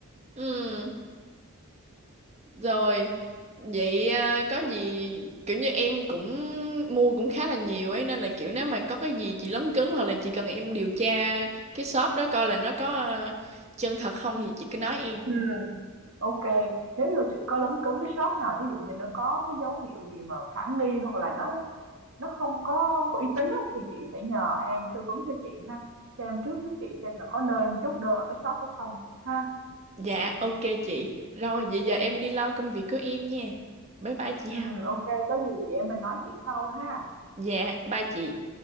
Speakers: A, on the right (about 30°); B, on the right (about 65°).
A: Ừ, rồi vậy ờ, có gì kiểu như em cũng mua cũng khá là nhiều ấy nên là kiểu nếu mà có cái gì chị lấn cấn hoặc là chị cần em điều tra cái shop đó coi là nó có ờ, chân thật không thì chị cứ nói em.
B: Ừ. OK, nếu như chị có lấn cấn cái shop nào thí dụ như nó có cái dấu hiệu gì mà khả nghi hoặc là nó nó không có có uy tín á, thì chị sẽ nhờ An tư vấn cho chị ha xem trước giúp chị xem là có nên chốt đơn ở cái shop hay không ha
A: Dạ ok chị. Rồi vậy giờ em đi lo công việc của em nha. Bye bye chị
B: ừ,
A: Hồng.
B: OK có gì chị em mình nói chuyện sau ha
A: Dạ bye chị.